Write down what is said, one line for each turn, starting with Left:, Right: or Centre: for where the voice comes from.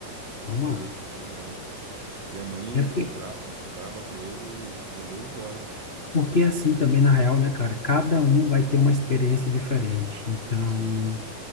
Left: É uma.
Right: Mas é que, sei lá. E a mãe
Left: É porque,
Right: bra, braba com ele e mandou ele embora, pô.
Left: porque é assim também, na real, né, cara? Cada um vai ter uma experiência diferente. Então,
Right: Sim.